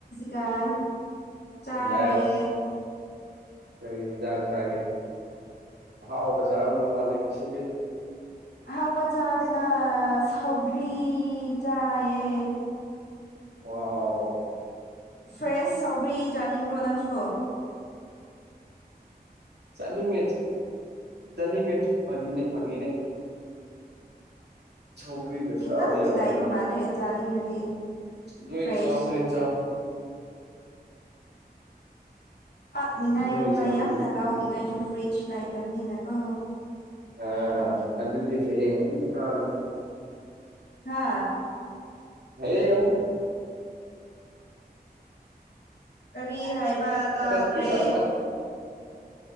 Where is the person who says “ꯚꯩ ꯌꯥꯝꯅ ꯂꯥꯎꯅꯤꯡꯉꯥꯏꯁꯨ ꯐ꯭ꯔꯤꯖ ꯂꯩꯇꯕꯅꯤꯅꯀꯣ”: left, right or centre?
Left